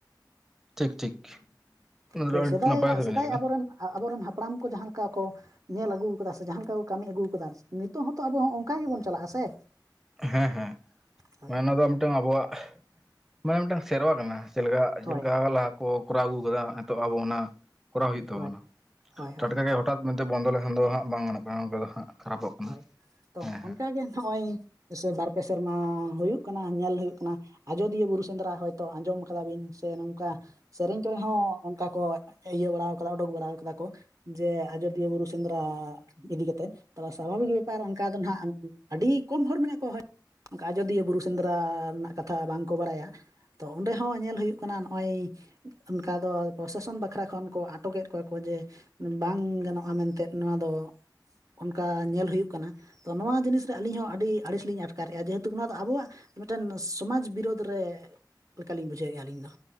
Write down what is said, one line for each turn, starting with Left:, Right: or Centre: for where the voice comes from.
Centre: ᱴᱷᱤᱠ ᱴᱷᱤᱠ ᱚᱱᱟ
Right: ᱦᱳᱭ
Centre: ᱫᱚ ᱟᱹᱰᱤ
Right: ᱥᱮᱫᱟᱭ
Centre: ᱱᱟᱯᱟᱭ ᱠᱟᱛᱷᱟ
Right: ᱥᱮᱫᱟᱭ
Centre: ᱵᱮᱱ ᱞᱟᱹᱭ ᱠᱮᱫᱟ
Right: ᱟᱵᱚᱨᱮᱱ ᱟᱵᱚᱨᱮᱱ ᱦᱟᱯᱲᱟᱢ ᱠᱚ ᱡᱟᱦᱟᱸ ᱞᱮᱠᱟ ᱠᱚ ᱧᱮᱞ ᱟᱹᱜᱩ ᱠᱟᱫᱟ ᱥᱮ ᱡᱟᱦᱟᱸ ᱞᱮᱠᱟ ᱠᱚ ᱠᱟᱹᱢᱤ ᱟᱹᱜᱩ ᱠᱟᱫᱟ ᱱᱤᱛᱚᱜ ᱦᱚᱸᱛᱚ ᱟᱵᱚ ᱦᱚᱸ ᱚᱱᱠᱟ ᱜᱮᱵᱚᱱ ᱪᱟᱞᱟᱜᱼᱟ ᱥᱮ
Centre: ᱦᱮᱸ ᱦᱮᱸ
Right: ᱦᱳᱭ
Centre: ᱢᱟᱱᱮ ᱚᱱᱟ ᱫᱚ ᱢᱤᱫᱴᱟᱝ ᱟᱵᱚᱣᱟᱜ ᱢᱟᱱᱮ ᱢᱤᱫᱴᱟᱝ ᱥᱮᱨᱣᱟ ᱠᱟᱱᱟ ᱪᱮᱫ ᱞᱮᱠᱟ ᱪᱮᱫ
Right: ᱦᱳᱭ
Centre: ᱞᱮᱠᱟ ᱞᱟᱦᱟ ᱠᱚ ᱠᱚᱨᱟᱣ ᱟᱹᱜᱩ ᱟᱠᱟᱫᱟ ᱱᱤᱛᱚᱜ ᱟᱵᱚ ᱚᱱᱟ ᱠᱚᱨᱟᱣ ᱦᱩᱭᱩᱜ ᱛᱟᱵᱚᱱᱟ
Right: ᱦᱳᱭ ᱦᱳᱭ
Centre: ᱴᱟᱴᱠᱟ ᱜᱮ ᱦᱚᱴᱟᱛ ᱢᱮᱱᱛᱮ ᱵᱚᱱᱫᱚ ᱞᱮᱠᱷᱟᱱ ᱫᱚ ᱦᱟᱸᱜ ᱵᱟᱝ ᱜᱟᱱᱚᱜ ᱠᱟᱱᱟ ᱚᱱᱠᱟ ᱫᱚ ᱦᱟᱸᱜ ᱠᱷᱟᱨᱟᱯᱚᱜ ᱠᱟᱱᱟ
Right: ᱦᱳᱭ ᱛᱚ
Centre: ᱦᱮᱸ
Right: ᱚᱱᱠᱟᱜᱮ
Centre: ᱦᱮᱸ
Right: ᱱᱚᱜ-ᱚᱭ ᱵᱟᱨᱯᱮ ᱥᱮᱨᱢᱟ ᱦᱩᱭᱩᱜ ᱠᱟᱱᱟ ᱧᱮᱞ ᱦᱩᱭᱩᱜ ᱠᱟᱱᱟ ᱟᱡᱚᱫᱤᱭᱟᱹ ᱵᱩᱨᱩ ᱥᱮᱸᱫᱽᱨᱟ ᱦᱚᱭᱛᱚ ᱟᱸᱡᱚᱢ ᱠᱟᱫᱟ ᱵᱤᱱ ᱥᱮ ᱱᱚᱝᱠᱟ ᱥᱮᱨᱮᱧ ᱠᱚᱨᱮ ᱦᱚᱸ ᱚᱱᱠᱟ ᱠᱚ ᱤᱭᱟᱹ ᱵᱟᱲᱟ ᱠᱟᱫᱟ ᱩᱰᱩᱠ ᱵᱟᱲᱟ ᱠᱟᱫᱟ ᱠᱚ ᱡᱮ ᱟᱡᱚᱫᱤᱭᱟᱹ ᱵᱩᱨᱩ ᱥᱮᱸᱫᱽᱨᱟ ᱤᱫᱤ ᱠᱟᱛᱮᱫ ᱛᱚ ᱥᱟᱵᱷᱟᱵᱤᱠ ᱵᱮᱯᱟᱨ ᱚᱱᱠᱟ ᱫᱚ ᱱᱟᱦᱟᱜ ᱟᱹᱰᱤ ᱠᱚᱢ ᱦᱚᱲ ᱢᱮᱱᱟᱜ ᱠᱚᱣᱟ ᱦᱚᱭ ᱚᱱᱠᱟ ᱟᱡᱚᱫᱤᱭᱟᱹ ᱵᱩᱨᱩ ᱥᱮᱸᱫᱽᱨᱟ ᱨᱮᱱᱟᱜ ᱠᱟᱛᱷᱟ ᱵᱟᱝ ᱠᱚ ᱵᱟᱲᱟᱭᱟ ᱛᱚ ᱚᱸᱰᱮ ᱦᱟᱸ ᱧᱮᱞ ᱦᱩᱭᱩᱜ ᱠᱟᱱᱟ ᱱᱚᱜᱼᱚᱭ᱾ ᱚᱱᱠᱟ ᱫᱚ ᱯᱨᱚᱥᱟᱥᱚᱱ ᱵᱟᱠᱷᱨᱟ ᱠᱷᱚᱱ ᱠᱚ ᱟᱴᱚᱠᱮᱫ ᱠᱚᱣᱟ ᱠᱚ ᱡᱮ ᱵᱟᱝ ᱜᱟᱱᱚᱜᱼᱟ ᱢᱮᱱᱛᱮ ᱱᱚᱣᱟ ᱫᱚ ᱚᱱᱠᱟ ᱧᱮᱞ ᱦᱩᱭᱩᱜ ᱠᱟᱱᱟ ᱛᱚ ᱱᱚᱣᱟ ᱡᱤᱱᱤᱥ ᱨᱮ ᱟᱹᱞᱤᱧ ᱦᱚᱸ ᱟᱹᱰᱤ ᱟᱹᱲᱤᱥ ᱞᱤᱧ ᱟᱴᱠᱟᱨᱮᱜᱼᱟ ᱡᱮᱦᱮᱛᱩ ᱚᱱᱟ ᱫᱚ ᱟᱵᱚᱣᱟᱜ ᱢᱤᱫᱴᱮᱱ ᱥᱚᱢᱟᱡᱽ ᱵᱤᱨᱳᱫᱷ ᱨᱮ ᱞᱮᱠᱟ ᱞᱤᱧ ᱵᱩᱡᱷᱟᱹᱣᱮᱫᱼᱟ ᱟᱹᱞᱤᱧ ᱫᱚ